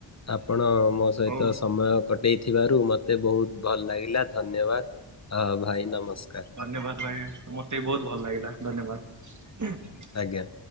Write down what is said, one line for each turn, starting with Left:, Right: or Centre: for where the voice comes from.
Left: ଆପଣ ମୋ ସହିତ
Right: ହଉ
Left: ସମୟ କଟେଇଥିବାରୁ ମୋତେ ବହୁତ ଭଲ ଲାଗିଲା ଧନ୍ୟବାଦ ଭାଇ ନମସ୍କାର।
Right: ଧନ୍ୟବାଦ ଭାଇ ମତେ ବି ବହୁତ ଭଲ ଲାଗିଲା ଧନ୍ୟବାଦ।
Left: ଆଜ୍ଞା।